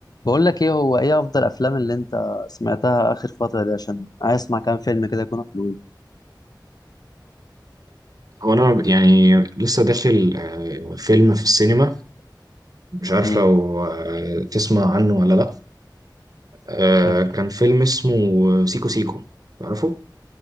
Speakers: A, on the left (about 55°); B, on the right (about 50°).
A: بقول لك ايه هو ايه افضل افلام اللي انت سمعتها اخر فتره دي عشان عايز اسمع كام فيلم كده يكونوا حلوين
B: هو انا يعني لسه داخل آه، فيلم في السينما مش عارف
A: امم
B: لو آه، تسمع عنه ولا لا آه،
A: كان
B: كان فيلم اسمه سيكو سيكو تعرفه؟